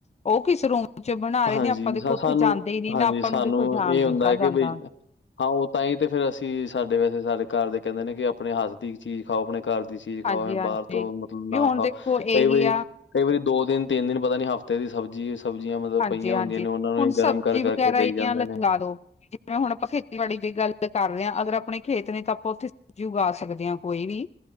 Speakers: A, on the left (about 35°); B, on the left (about 85°).
A: ਉਹ ਕਿਸ ਰੂਮ ਕੁਛ ਬਣਾ ਰਹੇ
B: ਹਾਂਜੀ
A: ਨੇ ਆਪਾਂ ਦੇਖੋ
B: ਸਾ
A: ਉੱਥੇ
B: ਸਾਨੂੰ
A: ਜਾਂਦੇ ਹੀ ਨੀ ਨਾ
B: ਹਾਂਜੀ
A: ਆਪਾਂ
B: ਸਾਨੂੰ
A: ਨੂੰ ਦੇਖੋ ਜਾਣ
B: ਇਹ
A: ਦਿੱਤਾ
B: ਹੁੰਦਾ ਹੈ ਕਿ
A: ਜਾਂਦਾ।
B: ਬਈ ਹਾਂ ਉਹ ਤਾਂ ਹੀ ਤੇ ਫੇਰ ਅਸੀਂ ਸਾਡੇ ਵੈਸੇ ਸਾਡੇ ਘਰ ਦੇ ਕਹਿੰਦੇ ਨੇ, ਕਿ ਆਪਣੇ ਹੱਥ ਦੀ ਚੀਜ਼ ਖਾਓ ਆਪਣੇ ਘਰ ਦੀ ਚੀਜ਼ ਚੀਜ਼ ਖਾਓ,
A: ਹਾਂਜੀ-ਹਾਂਜੀ
B: ਏ ਬਾਹਰ ਤੋਂ ਮਤਲਬ
A: ਵੀ
B: ਨਾ
A: ਹੁਣ
B: ਖਾਓ
A: ਦੇਖੋ ਇਹੀ
B: ਕਈ ਵਾਰੀ
A: ਆ
B: ਕਈ ਵਾਰੀ ਦੋ ਦਿਨ ਤਿੰਨ ਦਿਨ ਪਤਾ ਨੀ ਹਫ਼ਤੇ ਦੀ ਸਬਜ਼ੀ ਏ ਸਬਜ਼ੀਆਂ ਮਤਲਬ
A: ਹਾਂਜੀ,
B: ਪਈਆਂ
A: ਹਾਂਜੀ
B: ਹੁੰਦੀਆਂ ਨੇ ਉਹਨਾਂ
A: ਹੁਣ
B: ਨੂੰ
A: ਸਬਜ਼ੀ
B: ਗਰਮ ਕਰ ਕਰਕੇ
A: ਵਗੈਰਾ
B: ਦੇਈ
A: ਇਹਦੀਆਂ
B: ਜਾਂਦੇ
A: ਲੰਗਾ
B: ਨੇ
A: ਲੋ। ਜਿਵੇਂ ਹੁਣ ਆਪਾਂ ਖੇਤੀਬਾੜੀ ਦੀ ਗੱਲ ਕਰ ਰਹੇ ਹਾਂ, ਅਗਰ ਆਪਣੇ ਖੇਤ ਨੇ ਤਾਂ ਆਪਾਂ ਉੱਥੇ ਜੀ ਉਗਾ ਸਕਦੇ ਹਾਂ ਕੋਈ ਵੀ,